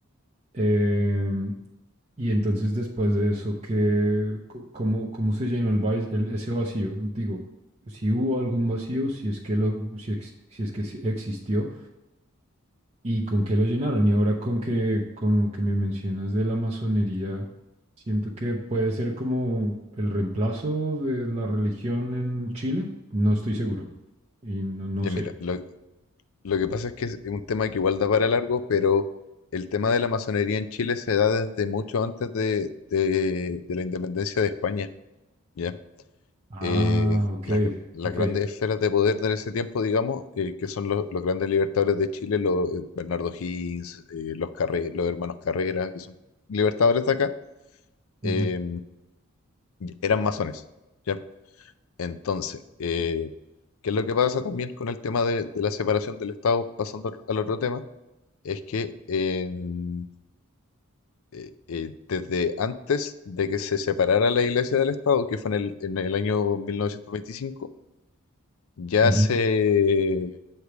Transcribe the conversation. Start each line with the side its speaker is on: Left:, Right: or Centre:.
Right: Em, y entonces después de eso, ¿qué, co- cómo, cómo se llenó el, vais- el- ese vacío? Digo, si hubo algún vacío, si es que lo, si, ex- si es que sí existió, y con qué lo llenaron. Y ahora con que, con lo que me mencionas de la masonería, siento que puede ser como el reemplazo de la religión en Chile. No estoy seguro. Y no, no
Left: Ya
Right: sé.
Left: mira, lo, Lo que pasa es que es un tema que igual da para largo, pero el tema de la masonería en Chile se da desde mucho antes de, de- de la independencia de España, ¿ya?
Right: Ah,
Left: Eh,
Right: ok,
Left: las, las
Right: ok.
Left: grandes esferas de poder de ese tiempo, digamos, eh, que son los, los grandes libertadores de Chile, los eh, Bernardo Higgins, eh, los, Carre- los hermanos Carrera, que son libertadores de acá,
Right: Ujú,
Left: eh, eran masones, ¿ya? Entonces, eh, ¿qué es lo que pasa también con el tema de, de la separación del Estado, pasando al otro tema? Es que en- eh, eh, desde antes de que se separara la Iglesia del Estado, que fue en el, en el año mil novecientos veinticinco ya
Right: ujú,
Left: se,